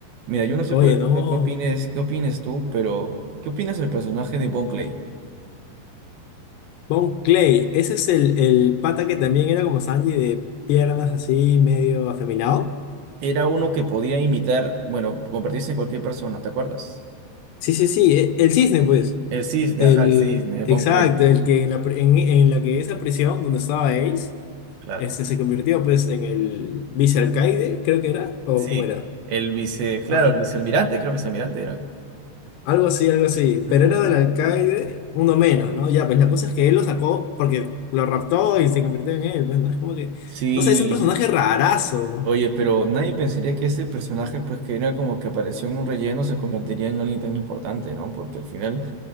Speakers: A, on the right; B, on the left.
A: Mira, yo no sé,
B: Oye,
A: por ejemplo,
B: no.
A: qué opines, qué opines tú, pero ¿qué opinas del personaje de Bon Clay?
B: Bon Clay, ese es el, el pata que también era como Sanji de piernas así, medio afeminado.
A: Era uno que podía imitar, bueno, convertirse en cualquier persona, ¿te acuerdas?
B: Sí, sí, sí, e- el cisne, pues.
A: El cisne,
B: El,
A: ajá, el cisne,
B: exacto,
A: Bon Clay,
B: el que en la, pre- en, en la que esa prisión donde estaba Ace,
A: claro.
B: este, se convirtió pues en el vicealcaide, creo que era, o
A: Sí,
B: cómo era,
A: el vice, claro,
B: ajá,
A: el vicealmirante, creo que vicealmirante era.
B: algo así, algo así,
A: Ujú.
B: pero era del alcaide, uno menos, ¿no? Ya, pues la cosa es que él lo sacó porque lo raptó y se convirtió en él, pues, ¿no? Es como que,
A: Sí,
B: no sé, es un personaje rarazo.
A: oye, pero nadie pensaría que ese personaje, pues que era como que apareció en un relleno, se convertiría en alguien tan importante, ¿no? Porque al final